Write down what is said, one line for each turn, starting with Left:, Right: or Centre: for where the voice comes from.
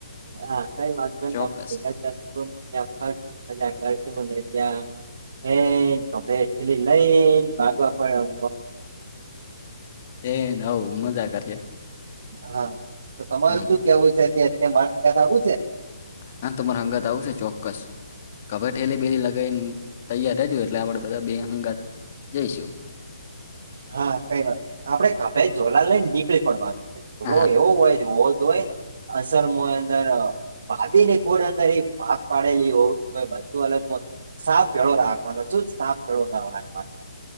Right: હા કઈ વાંધો ન
Left: ચોક્કસ
Right: આપડે ભેગા જું હોયને ફ સુંદર જગશે ત્યા હ કભેલી લઈ ગવા પણ
Left: એન હવ મજા કરશે
Right: હા તો તમારું
Left: હમ
Right: શું કેવું છે અં મા થ આવું છે
Left: હા તમારે અંગત આવશે ચોક્કસ કભર ઠેલી બેેલી લગાવને તૈયાર હજું એટલે આપણે બધા બે હંગાત જઈશું
Right: હા કઈ વાત આપડે કભાઈ ઝોલા લઈને નીકળી પડવાનું છે ોલો
Left: હા
Right: એવું હોય હો જ હોય અસલમાં અંદર ભભી ને ખોડ અંદર એ પાક પાડેલી હોવ બધું અલગ સાફ ભેળો રાખવાનો છું સાફો રાખવાનો